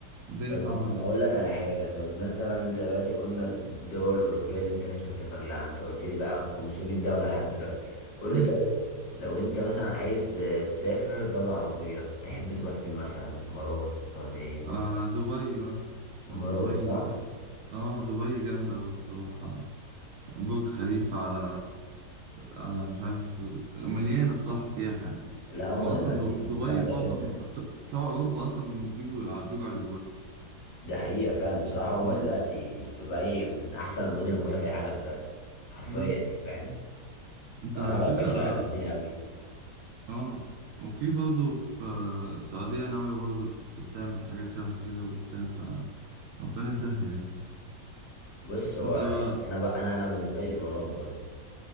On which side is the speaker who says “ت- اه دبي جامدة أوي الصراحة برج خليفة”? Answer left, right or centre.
Right